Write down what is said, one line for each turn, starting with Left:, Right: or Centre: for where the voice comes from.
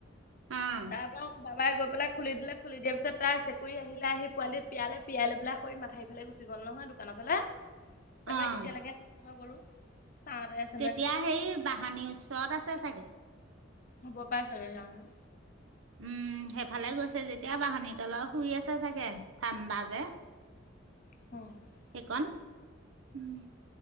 Right: অঁ
Left: তাৰপা গৈ পেলাই খুলি দিলে। খুলি দিয়া পিছত তাই চেকুৰি আহিলে আহি পোৱালী পিয়ালে। পিয়াই পেলায় সেই মথাউৰি ফালে গুচি গল নহয় দোকানৰ ফালে, তাৰপৰা
Right: অঁ
Left: এতিয়ালৈকে নাই নহয় গৰু চাওঁতে
Right: তেতিয়া সেই বাহানিৰ ওচৰত আছে চাগে।
Left: হব পাৰে চাগে জানো।
Right: উম, সেইফালে গৈছে যেতিয়া বাহনী তলত শুই আছে চাগে ঠাণ্ডা যে।
Left: <inaudible>
Right: সেইকন উম।